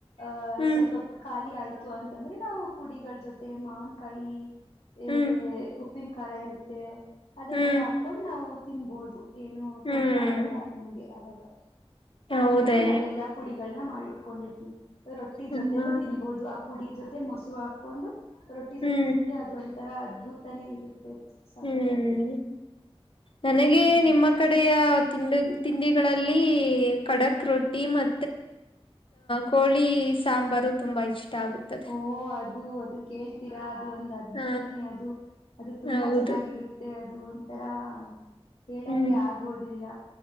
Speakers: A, on the left; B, on the left.
A: ಅಹ
B: ಹ್ಮ್
A: ಸ್ವಲ್ಪ ಖಾಲಿ ಆಯತು ತ್ತು ಅಂತಂದ್ರೆ ನಾವು ಪುಡಿಗಳ ಜೊತೆ ಮಾವನ್ಕಾಯಿ ಆ
B: ಹ್ಮ್
A: ಉಪ್ಪಿನ ಖಾರ ಇರುತ್ತೆ ಮ ಅದನ್ನೆಲ್ಲಾ
B: ಹ್ಮ್
A: ಹಾಕೊಂಡ್ ನಾವು ತಿನ್ಬೋದು ಏನು
B: ಹ್ಮ್
A: ತೊಂದ್ರ ಆಗಲ್ಲ ನಮ್ಗೆ ಅವಾಗ
B: ಹೌದೇ
A: ಹಂಗಾಗಿ ನಾವೆಲ್ಲಾ ಪುಡಿಗಳನ್ನ ಮಾಡಿಟ್ಕೊಂಡಿರ್ತೀವಿ ರೊಟ್ಟಿ
B: ಹ್ಮ
A: ಜೊತೆೇನು ತಿನ್ಬೋುದು ಪುಡಿ ಜೊತೆ ಮೊಸರು ಹಾಕೊಂಡು ರೊಟ್ಟಿ
B: ಹ್ಮ್
A: ಜೊತೆ ತಿಂದ್ರೆ ಅದು ಒಂಥರ ಅದ್ಭುತನೇ ಇರುತ್ತೆ ಸಖತ್ತಾಗಿರುತ್ತೆ
B: ಹ್ಮ್ ನನಗೆ
A: ಹ್ಮ್
B: ನಿಮ್ಮ ಕಡೆಯ ತಿಂಡಿ ತಿಂಡಿ ಗಳಲ್ಲಿ ಕಡಕ್ ರೊಟ್ಟಿ ಮೆ ಕೋಳಿ ಸಾಂಬಾರು ತುಂಬ ವಹಚ್ ಆಗುತ್ತದೆ
A: ಓ ಅದು ಅದು ಕೇಳ್ತೀರಾ ಅದು ಒಂದು ಅದ್ಭುತನೇ
B: ಹ
A: ಅದು ಅದು ತುಂಬಾ
B: ಹೌದು
A: ಚೆನ್ನಾಗಿರುತ್ತೆ ಅದು ಒಂಥರಾ ಹೇಳಕ್ಕೆ
B: ಹ್ಮ್
A: ಆಗೋದಿಲ್ಲ